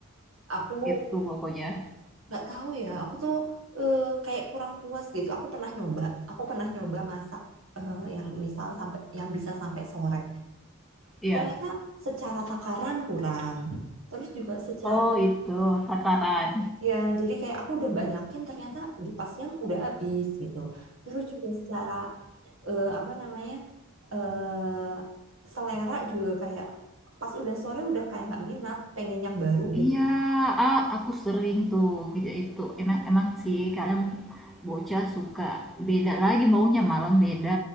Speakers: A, on the right (about 60°); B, in the centre.
A: aku
B: Itu pokoknya.
A: nggak tahu ya aku tuh eh, kayak kurang puas gitu aku pernah nyoba aku pernah nyoba masak eh, yang misal sampai yang bisa sampai sore
B: Iya.
A: ternyata secara takaran kurang terus juga secara
B: Oh, itu takaran.
A: ya jadi kayak aku udah banyakin ternyata di pas yang udah habis gitu terus juga secara eh, apa namanya eh selera juga kayak pas udah sore udah kayak nggak minat pengen yang baru gitu
B: Iya, ah, aku sering tuh video itu. Emang emang sih kadang bocah suka beda lagi maunya malam beda,